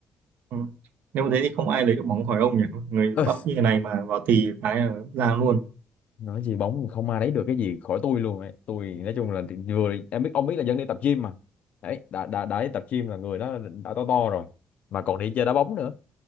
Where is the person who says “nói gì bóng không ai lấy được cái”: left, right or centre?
Left